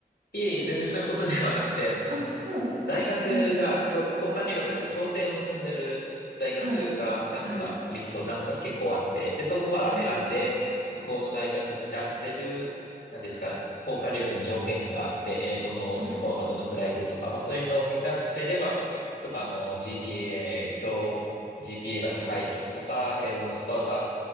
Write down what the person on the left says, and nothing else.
いえいえ、全然そういうことではなくて、うん、
大学がきょ交換留学なんで協定を結んでる大学が何個かリスト、
何個かって結構あって、で、そこから選んで、
向こうの大学に出してる、なんていうんですか、交換留学の条件があって、英語のスコアがどのくらいいるとか、
まあそういうのを満たしてれば、とか、あの、GPA、表、GPA が高い人とか、英語のスコアが